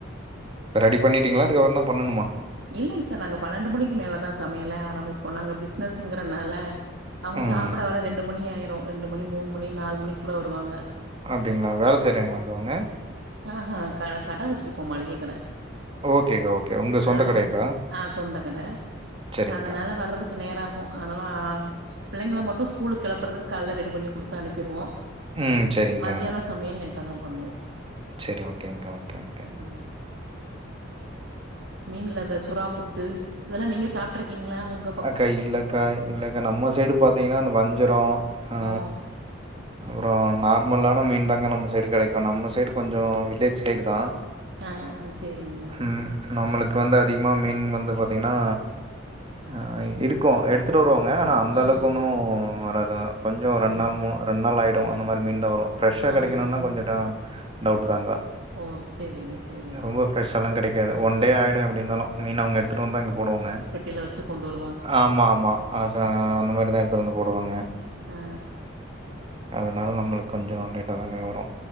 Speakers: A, on the right; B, on the right.
A: ரெடி பண்ணிட்டிங்களா இதுக்கப்றம்தா பண்ணணுமா
B: இல்லைங் சார் நாங்க பன்னெண்டு மணிக்கு மேலதா சமையலே ஆரம்பிப்போ நாங்க பிசினஸ்ங்கறனால அவுங்க
A: ம்.
B: சாப்பிட வர ரெண்டு மணி ஆயிரு ரெண்டு மணி மூணு மணி நாலு மணி கூட வருவாங்க
A: அப்டிங்களா வேல செய்றாங்களாங்களா அங்க அவங்க
B: ஆஹ கட கடை வச்சிருக்கோ மளிக கட
A: ஓகேகா ஓகே உங்க சொந்த
B: அதான
A: கடையாக்கா?
B: ஆ சொந்த கத
A: சரிங்க்கா.
B: அதனால வர்றதுக்கு நேராகு அதனால புள்ளைங்கள மட்டு ஸ்கூலுக் கொளப்பறதுக்கு கால்ல ரெடி பண்ணி குடுத்து அனுப்பிடுவோ
A: ம். சரிங்க்கா.
B: மத்தியான சமையல் லேட்டா தா பண்ணுவோ
A: செரி ஓகேங்கா ஓகே ஓகே
B: ம் மீன்ல்ல இந்த சுறா புட்டு இதெல்லா நீங்க சாப்ட்டுருக்கீங்களா உங்
A: அக்கா இல்லக்கா இல்லக்கா நம்ம சைடு பாத்தீங்கன்னா அந்த வஞ்சரோ ஆ
B: ஓ
A: அப்புறோ நார்மலான மீன்தாங்கா நம்ம சைடு கெடைக்கு நம்ம சைடு கொஞ்சோ வில்லேஜ் சைடு தா
B: அ அ சேரிங்க
A: ம் நம்மளுக்கு வந்து அதிகமா மீன் வந்து பாத்தீங்கன்னா ஆ இருக்கு எடுத்துட்டு வருவாங்க ஆனா அந்த
B: ம்
A: அளவுக்கு ஒன்னு வராது கொஞ்சோ ரெண்டு
B: ஆ
A: நாள் மூன் ரெண்டு நாள்லாயிடு அந்த மாரி மீன் தா வரு ஃப்ரெஷ்ஷா
B: ஆ
A: கெடைக்கணுன்னா
B: ஆ
A: கொஞ்சே டா டவுட் தாங்கா
B: ஓ சேரிங்க சேரிங்க
A: ரொம்ப ஃப்ரெஷ்ஷாலா கெடைக்காது ஒன்
B: கெடைக்கு
A: டே ஆயிடு எப்பிடி இருந்தாலு மீன் அவங்க எடுத்திட்டு வந்துதா இங்க போடுவங்க
B: தீல வச்சு கொண்டு வரு
A: ஆமா ஆமா அதா அந்த மாதிரிதா எடுத்துட்டு வந்து போடுவாங்க
B: ஆ
A: அதனால நம்மளுக்கு கொஞ்சோ லோட்ட தாங்க வரு